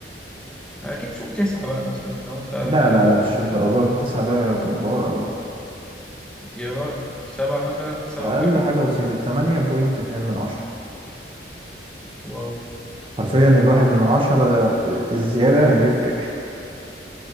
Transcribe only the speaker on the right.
لا
لا لا
مش الدرجات دي التسعة ده جبار قوي
أقل
حاجة بسيطة تمانية بوينت اتنين من عشرة
حرفيا الواحد من عشرة الزيادة هيفرق